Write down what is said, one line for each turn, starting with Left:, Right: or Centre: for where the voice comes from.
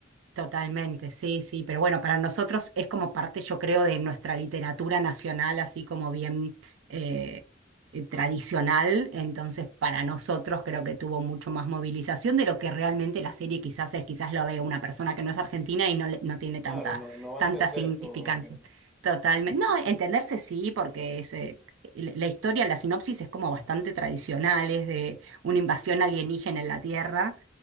Right: Totalmente, sí, sí, pero bueno, para nosotros es como parte, yo creo, de nuestra literatura nacional, así como bien eh, eh, tradicional, entonces para nosotros creo que tuvo mucho más movilización de lo que realmente la serie quizás es, quizás lo ve una persona que no es argentina y no, le- no tiene
Centre: Claro,
Right: tanta,
Centre: no, no va
Right: tanta
Centre: a entender
Right: significancia.
Centre: todo lo que,
Right: Totalmente, no, entenderse sí, porque es, eh, la la historia, la sinopsis es como bastante tradicional, es de una invasión alienígena en la Tierra